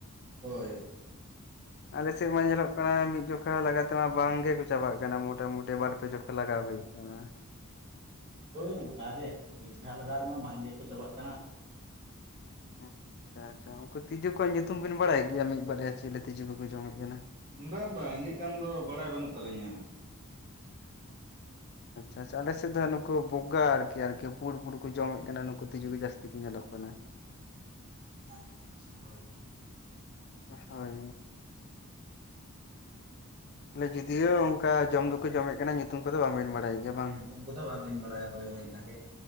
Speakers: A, on the right; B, on the left.
A: ᱦᱳᱭ᱾
B: <inaudible> ᱟᱞᱮᱥᱮᱜ ᱢᱟ ᱧᱮᱞᱚᱜ ᱠᱟᱱᱟ ᱢᱤᱜ ᱡᱚᱠᱷᱟ ᱞᱟᱜᱟ ᱛᱮᱢᱟ ᱵᱟᱝ ᱜᱮᱠᱚ ᱪᱟᱵᱟᱜ ᱠᱟᱱᱟ ᱢᱚᱴᱟ ᱢᱩᱴᱤ ᱵᱟᱨ ᱯᱮ ᱡᱚᱠᱷᱟ ᱞᱟᱜᱟᱣ ᱦᱳᱭ᱾ ᱩᱜ ᱠᱟᱱᱟ᱾
A: ᱦᱳᱭ ᱚᱝᱠᱟ ᱜᱮ ᱢᱤᱫ ᱫᱷᱟᱣ ᱞᱟᱜᱟᱣ ᱨᱮᱢᱟ ᱵᱟᱝ ᱜᱮᱠᱚ ᱪᱟᱵᱟᱜ ᱠᱟᱱᱟ᱾
B: ᱚᱸ ᱪᱷᱟ ᱪᱷᱟ ᱩᱝᱠᱩ ᱛᱤᱡᱳ ᱠᱚᱣᱟᱜ ᱧᱩᱛᱩᱢ ᱵᱤᱱ ᱵᱟᱲᱟᱭ ᱜᱮᱭᱟ ᱢᱤᱫ ᱵᱟᱨᱭᱟ ᱪᱤᱞᱮ ᱛᱤᱡᱳ ᱠᱚᱠᱚ ᱡᱚᱢᱮᱫ ᱠᱟᱱᱟ᱾
A: ᱵᱟᱝ ᱵᱟᱝ ᱤᱱᱟᱹᱜ ᱜᱟᱱ ᱫᱚ ᱵᱟᱲᱟᱭ ᱵᱟᱹᱱᱩᱜ ᱛᱟᱞᱤᱧᱟ᱾
B: ᱟᱪᱷᱟ ᱟᱞᱮ ᱥᱮ ᱫᱚ ᱦᱟ ᱱᱩᱠᱩ ᱵᱚᱜᱟ ᱟᱨᱠᱤ ᱟᱨᱠᱤ ᱯᱩᱲ ᱯᱩᱲ ᱠᱩ ᱡᱚᱢᱮᱜ ᱠᱟᱱᱟ ᱱᱩᱠᱩ ᱛᱤᱡᱩ ᱜᱮ ᱡᱟᱹᱥᱛᱤ ᱠᱚ ᱧᱮᱞᱚᱜ ᱠᱟᱱᱟ᱾
A: ᱟᱪᱪᱷᱟ ᱟᱪᱪᱷᱟ ᱦᱳᱭ ᱦᱳᱭ᱾
B: ᱦᱳᱭ᱾ ᱞᱮ ᱡᱩᱫᱤᱭᱳ ᱚᱝᱠᱟ ᱡᱚᱢ ᱫᱚᱠᱚ ᱡᱚᱢᱮᱜ ᱠᱟᱱᱟ ᱧᱩᱛᱩᱢ ᱠᱚᱫᱚ ᱵᱟᱝ ᱵᱮᱱ ᱵᱟᱲᱟᱭ ᱜᱮᱭᱟ᱾ ᱵᱟᱝ?
A: ᱧᱩᱛᱩᱢ ᱠᱚᱫᱚ ᱵᱟᱝᱞᱤᱧ ᱵᱟᱲᱟᱭᱟ ᱦᱳᱭ ᱦᱳᱭ ᱤᱱᱟ ᱜᱮ